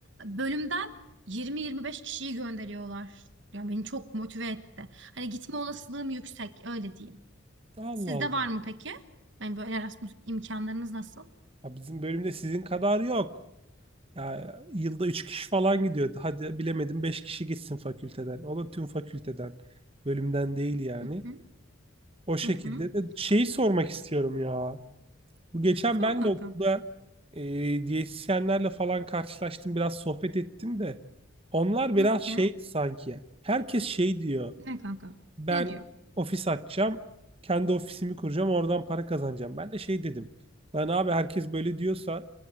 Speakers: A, on the right; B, on the right.
A: Bölümden 20-25 kişiyi gönderiyorlar. Ya beni çok motive etti. Hani gitme olasılığım yüksek öyle diyeyim.
B: Allah
A: Sizde
B: Allah.
A: var mı peki? Yani böyle Erasmus imkanlarınız nasıl?
B: Ya bizim bölümde sizin kadar yok. Ya yılda 3 kişi falan gidiyordu. Hadi bilemedim 5 kişi gitsin fakülteden. O da tüm fakülteden. Bölümden değil yani.
A: Hı hı
B: O şekilde
A: hı hı.
B: de şeyi sormak istiyorum ya. Bu geçen
A: Sor
B: ben
A: kanka.
B: de okulda e, diyetisyenlerle falan karşılaştım. Biraz sohbet ettim de. Onlar biraz
A: Hı
B: şey
A: hı.
B: sanki. Herkes şey diyor
A: Ne kanka?
B: ben
A: Ne diyor?
B: ofis açacağım. Kendi ofisimi kuracağım. Oradan para kazanacağım. Ben de şey dedim. Lan abi herkes böyle diyorsa